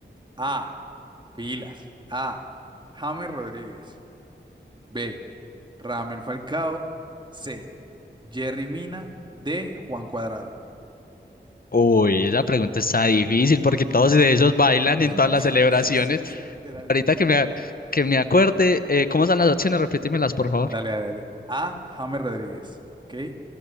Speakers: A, on the right (about 25°); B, on the left (about 50°).
A: A, pilas. A, James Rodríguez. B, Ramel Falcao. C, Jerry Mina. D, Juan Cuadrado.
B: Uy, esa pregunta está difícil porque todos de esos bailan
A: <laughs>
B: en todas las celebraciones.
A: Sí, sí, sí, literalmente.
B: Ahorita que me, que me acuerde, eh, ¿cómo están las opciones? Repítemelas, por favor.
A: Dale, dale, dale. A. James Rodríguez. ¿Ok?